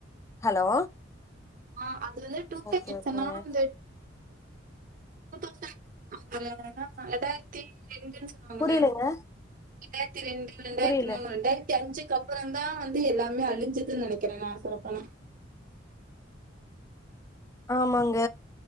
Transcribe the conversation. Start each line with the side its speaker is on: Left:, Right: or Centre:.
Left: ஹலோ
Right: ஆ அது வந்து டூ
Left: ஓகே
Right: கே கிட்ஸ்ன்னா
Left: ஓகேங்க
Right: வந்து <unintelligible> ரெண்டாயிரத்தி ரெண்டு அவங்கள
Left: புரியலங்க
Right: ரெண்டாயிரத்தி ரெண்டு ரெண்டாயிரத்தி
Left: புரியல
Right: மூணு ரெண்டாயிரத்தி அஞ்சுக்கு அப்பறந்தா வந்து எல்லாமே அழிஞ்சதுன்னு நெனைக்கிறே நா சொல்ல போனா
Left: ஆமாங்க